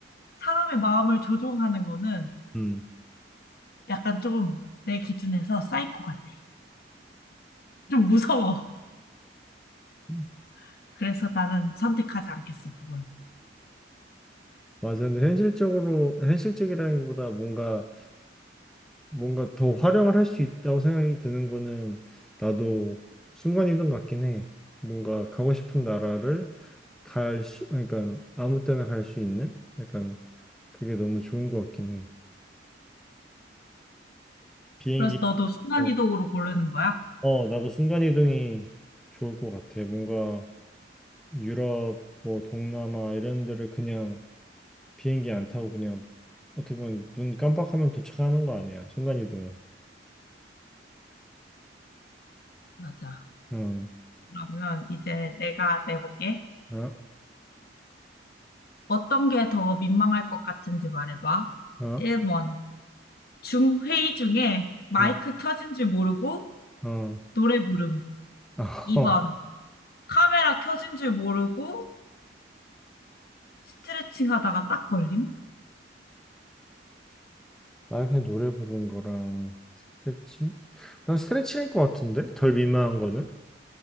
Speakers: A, on the left (about 55°); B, in the centre.
A: 사람의 마음을 조종하는 거는
B: 음.
A: 약간 좀 내 기준에서 사이코 같아. 좀 무서워.
B: <laughs>
A: <laughs> 그래서 나는 선택하지 않겠어, 그걸.
B: 맞아. 근데 현실적으로, 현실적이라기보다 뭔가 뭔가 더 활용을 할 수 있다고 생각이 드는 거는 나도 순간이동 같긴 해. 뭔가 가고 싶은 나라를 갈 수, 그러니까 아무 때나 갈 수 있는 약간 그게 너무 좋은 것 같긴 해. 비행기,
A: 그래서 너도 순간이동으로
B: 어,
A: 고르는 거야?
B: 어, 나도 순간이동이 좋을 것 같아. 뭔가 유럽, 뭐 동남아 이런 데를 그냥 비행기 안 타고 그냥 어떻게 보면 눈 깜빡하면 도착하는 거 아니야. 순간이동은.
A: 맞아.
B: 응,
A: 그러면 이제 내가 내볼게.
B: 어,
A: 어떤 게 더 민망할 것 같은지 말해봐.
B: 어,
A: 1번. 줌 회의 중에 마이크
B: 어,
A: 켜진 줄 모르고
B: 어, 어.
A: 노래 부름.
B: <laughs>
A: 2번. 카메라 켜진 줄 모르고 스트레칭 하다가 딱 걸림?
B: 만약에 노래 부르는 거랑 스트레칭? 난 스트레칭일 것 같은데? 덜 민망한 거는?